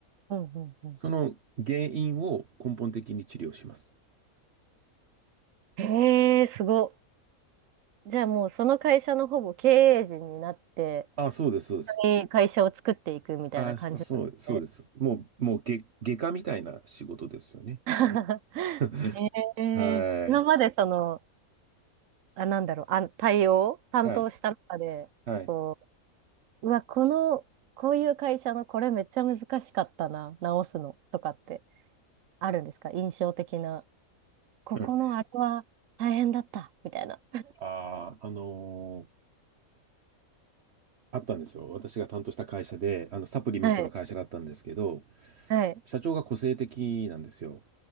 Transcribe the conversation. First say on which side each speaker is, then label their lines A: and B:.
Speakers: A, on the right (about 70°); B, on the right (about 50°).
A: うんうんうん。
B: その原因を根本的に治療します。
A: へえ、すごっ。じゃあもうその会社のほぼ経営陣になって、
B: あ、そうです、そうです。
A: え会社を作っていくみたいな感じなんですね。
B: あ、そう、そうです。もう、もう外、外科みたいな仕事ですよね。
A: <laughs>
B: <laughs>
A: へえ、
B: はい。
A: 今までその、あ、なんだろう、あ、対応担当した中で、
B: はい。はい。
A: こう、うわ、この、こういう会社のこれめっちゃ難しかったな、直すのとかってあるんですか印象的な。ここのあれは大変だった、
B: うん。
A: みたいな。
B: ああ、あのーあったんですよ。私が担当した会社で、あの、サプリメントの会社だったんですけど、
A: はい。はい
B: 社長が個性的なんですよ。